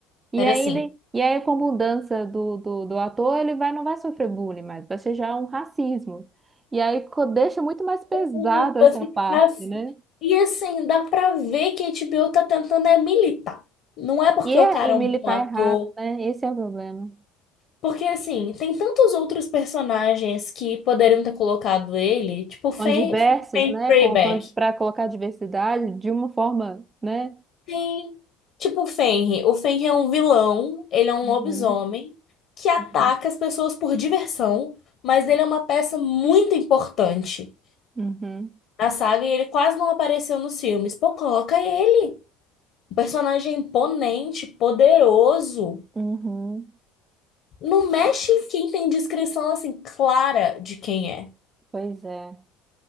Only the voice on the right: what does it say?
E
aí,
ele, e aí com a mudança do, do, do ator, ele vai, não vai sofrer bullying mais, vai ser já um racismo. E aí co- deixa muito mais pesado
essa
parte,
né?
E, é-
e militar
errado, né? Esse é o problema.
Com
diversos,
né?
Com, com, para colocar diversidade de uma forma, né?
Uhum,
uhum,
uhum.
uhum.
Pois é.